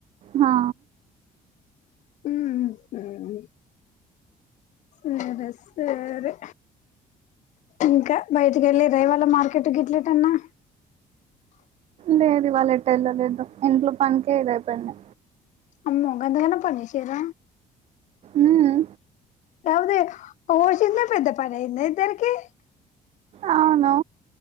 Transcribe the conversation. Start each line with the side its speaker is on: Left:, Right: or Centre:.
Right: హా
Left: ఊఉ ఉహు ఏ డ్రెస్ వేరే ఇంకా బయటికి ఎల్లిన్రా ఇవ్వాళ మార్కెట్ గిట్ల ఎటన్నా
Right: లేదు వాళ్ ఎట్ ఎళ్ళ లేదు ఇంట్లో పనికే ఇది అయిపోయింది
Left: అమ్మో గంత గణం పని చేసిన్ర
Right: ఉమ్
Left: కౌదే ఓ షిన్న పెద్ద పనైంద ఇద్దరకి
Right: అవును